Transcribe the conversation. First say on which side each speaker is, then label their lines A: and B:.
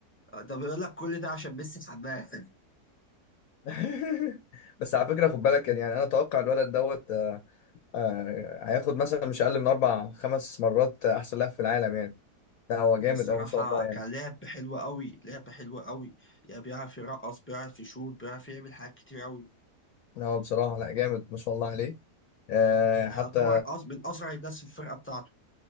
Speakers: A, on the left (about 15°); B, on the left (about 70°).
A: آه، ده بيقول لك كل ده عشان ميسي حماه
B: <laughs> بس على فكره خد بالك يعني يعني انا اتوقع الولد دوت آه، آه، هياخد مثلا مش اقل من اربع خمس مرات احسن لاعب في العالم يعني لا هو جامد
A: هو الصراحة
B: او ما شاء الله يعني
A: كان لعب حلو قوي لعب حلو قوي يعني بيعرف يرقص بيعرف يشوط بيعرف يعمل حاجات كتير قوي
B: لا هو بصراحه لا جامد ما شاء الله عليه آه،
A: يعني
B: حتى
A: يعتبر أز- من أسرع الناس في الفرقة بتاعته